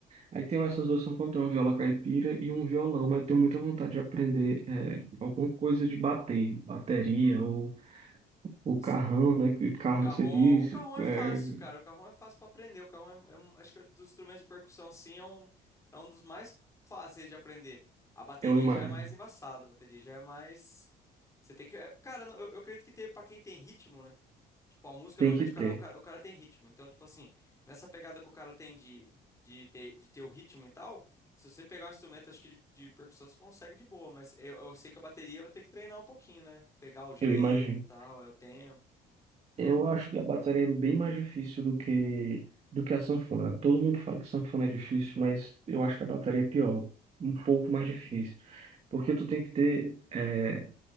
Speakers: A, on the right (about 40°); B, on the left (about 20°).
A: Aí tenho essas duas sanfonas, tenho uma viola caipira e um violão, mas eu tenho muita vontade de aprender é, alguma coisa de bater, bateria ou o
B: Isso
A: carrão, né? Que carrão
B: O Carrom,
A: que você disse,
B: o Carrom é
A: é,
B: fácil, cara. O Carrom é fácil pra aprender. O Carrom é, é um- acho que é dos instrumentos de percussão assim é um, é um dos mais fáceis de aprender. A bateria
A: é uma imagem.
B: já é mais embaçada, a bateria já é mais você tem que, é, cara, não, eu, eu acredito que tem para quem tem ritmo, né? Tipo, a música
A: Tem
B: normalmente
A: que ter,
B: o cara, o cara, o cara tem ritmo. Então, tipo assim, nessa pegada que o cara tem de de ter, de ter o ritmo e tal, se você pegar um instrumento acho que de, de percussão você consegue de boa, mas eu, eu sei que a bateria vai ter que treinar um pouquinho, né? Pegar o jeito,
A: eu imagino.
B: e tal, é o tempo.
A: Eu acho que a bateria é bem mais difícil do que do que a sanfona. Todo mundo fala que sanfona é difícil, mas eu acho que a bateria é pior, um pouco mais difícil, porque tu tem que ter é,